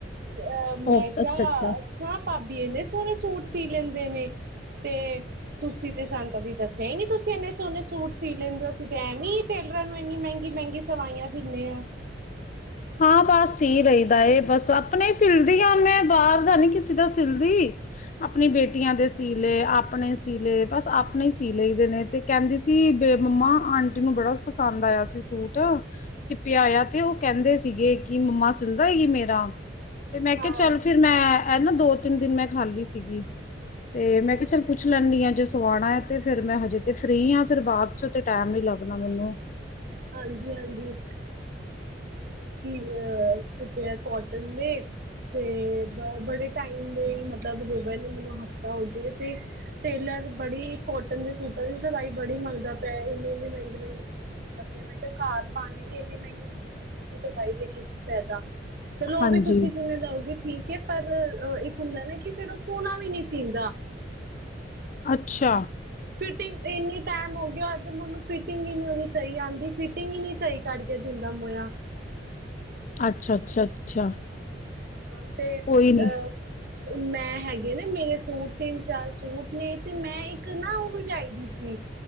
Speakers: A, on the right; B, on the left.
A: ਅ ਮੈਂ
B: ਓ
A: ਕਿਆ
B: ਅੱਛਾ-ਅੱਛਾ
A: ਅੱਛਾ। ਭਾਬੀ ਏਨੇ ਸ ਸੋਹਣੇ ਸੂਟ ਸੀ ਲੈਂਦੇ ਨੇ, ਤੇ ਤੁਸੀਂ ਤੇ ਸਾਨੂੰ ਕਦੀ ਦੱਸ ਸਿਆ ਨਹੀਂ ਤੁਸੀਂ- ਸੋਨੇ ਸੋਹਣੇ ਸੂਟ ਸੀ ਲੈਂਦੇ। ਅਸੀ ਤੇ ਐਵੇਂ ਟੇ- ਇੰਨੀ ਮਹਿੰਗੀ ਮਹਿੰਗੀ ਸਵਾਈਆਂ ਦਿੰਦੇ ਆਂ।
B: ਹਾਂ ਬਸ ਸੀ ਲਈਦਾ ਏ। ਬਸ ਆਪਣੇ ਈ ਸਿਲਦੀ ਆ ਮੈਂ ਬਾਹਰ ਦਾ ਨੀ ਕਿਸੇ ਦਾ ਸਿਲਦੀ। ਆਪਣੀ ਬੇਟੀਆਂ ਦੇ ਸੀ ਲਏ, ਆਪਣੇ ਸੀ ਲਏ, ਬਸ ਆਪਣੇ ਈ ਸੀ ਲਈਦੇ ਨੇ। ਤੇ ਕਹਿੰਦੀ ਸੀ ਬੇ ਮੰਮਾ ਆਂਟੀ ਨੂੰ ਬੜਾ ਪਸੰਦ ਆਇਆ ਸੀ ਸੂਟ। ਸਿਪ ਆਇਆ ਤੇ ਉਹ ਕਹਿੰਦੇ -ਸ ਸੀਗੇ ਕਿ ਮੰਮਾ ਸਿਲ ਦਏਗੀ ਮੇਰਾ? ਤੇ ਮੈਂ ਕਿਹਾ
A: ਹਾਂ
B: ਚੱਲ ਫਿਰ ਮੈਂ ਨਾ ਏ ਦੋ- ਤਿੰਨ ਦਿਨ ਮੈਂ ਖਾਲੀ ਸੀਗੀ ਤੇ ਮੈਂ ਕਿਹਾ ਚੱਲ ਪੁੱਛ ਲੈਂਣੀ ਆਂ ਜੇ ਸਵਾਣਾ ਏ ਤੇ ਫਿਰ ਮੈਂ ਹਜੇ ਤੇ ਫ੍ਰੀ ਆਂ ਫਿਰ ਬਾਅਦ' ਚ ਤੇ ਟੈਮ ਨੀ ਲੱਗਣਾ ਮਿਨੂੰ।
A: ਹਾਂਜੀ ਹਾਂਜੀ ਤੇ ਅ ਕਿਤੇ ਆ ਕੋਟਨ- ਤੇ ਬੜੇ ਟਾਈਮ ਦੇ ਮਤਲਬ ਹੋਨ ਮੈਨੂੰ ਹਫ਼ਤਾ ਹੋ ਗ ਤੇ ਟੇਲਰ ਬੜੀ ਕੋਟਨ ਦੇ ਸੂਟਾਂ ਦੀ ਸਵਾਈ ਬੜੀ ਮੰਗਦਾ ਪਿਆ ਇਨੇ ਇਨੇ ਮਹਿੰਗੇ ਮਹਿੰਗੇ ਸੂਟ ਸੀ। ਮੈਂ ਕਿਹਾ ਘਰ ਪਾਉਂਣੀ ਨ ਇੰਨੀ ਮਹਿੰਗੀ ਸੂਟ ਸਵਾਈ ਦੇ ਕੇ ਕੀ ਫੈਦਾ? ਚਲੋ
B: ਹਾਂਜੀ
A: ਉਹ ਵੀ ਤੁਸੀਂ ਜਿੰਨੇ ਲਓਗੇ? ਠੀਕ ਹੈ ਪਰ ਇੱਕ ਹੁੰਦਾ ਨਾ ਕਿ ਫੇਿਰ ਉਹ ਸੋਹਣਾ ਵੀ ਨਹੀਂੀ ਸੀਂਦਾ।
B: ਅੱਛਾ।
A: ਫਿਟਿੰਗ ਇੰਨੀ ਟਾਈਮ ਹੋ ਮਨੂੰ ਫਿਟਿੰਗ ਹੀ ਨੀ ਉਹਦੀ ਸਹੀ ਆਉਂਦੀ ਫਿਟਿੰਗ ਹੀ ਨੀ ਸਹੀ ਕਰਕੇ ਦਿੰਦਾ ਮੋਇਆ
B: ਅੱਛਾ ਅੱਛਾ ਅੱਛਾ।
A: ਹਾਂ ਤੇ
B: ਕੋਈ ਨੀ
A: ਅਹ। ਮੈਂ ਹੈਗੇ ਨਾ ਮੇਰੇ ਸੂਟ ਤਿੰਨ ਚਾਰ ਸੂਟ ਨੇ ਤੇ ਮੈਂ ਇੱਕ ਨਾ ਉਹ ਲਿਆਈ ਦੀ ਸੀ